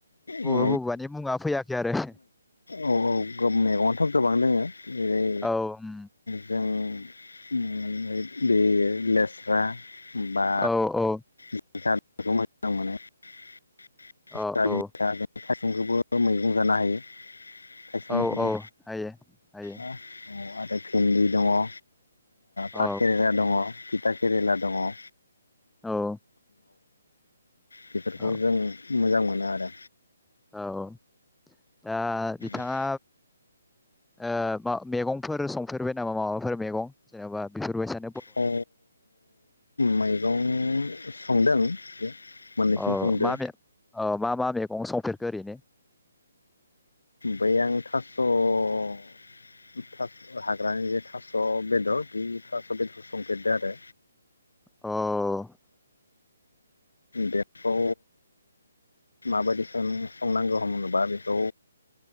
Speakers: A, in the centre; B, on the left (about 75°).
A: बबेबा
B: औ
A: बबेबानि मुङा फैयाखै आरो।
B: औ औ गोब मैगङाथ' गोबां दोङो। जेरै
A: औ उम,
B: जों ओम बे लेस्रा बा
A: औ औ
B: <unintelligible>
A: औ औ
B: <unintelligible> <unintelligible> <unintelligible> मैगं जानो हायो, थाइसुम
A: औ
B: ओंख्रिबो।
A: औ हायो हायो
B: अ आदा भिन्दि दङ ओ
A: औ
B: भात केरेला दङ। टिता केरेला दङ औ
A: औ
B: बेफोरखौ
A: औ
B: जों मोजां मोनो नो आरो
A: औ औ। दा बिथाङा
B: औ
A: ओ बा मेगंफोर संफेरबाय नामा माबाफोर मेगं जेन'बा बेफोरबायसा
B: अ मैगं संदों बे मोननैसो
A: औ
B: संदो
A: माबे औ मा मा मैगं संफेरगो ओरैनो?
B: बै आं थास' थास' हाग्रानि जे थास' बेदर बे थास' बेदर संफेरदो आरो।
A: अ
B: बेखौ माबायदि सों संनांगौ होनोबा बेखौ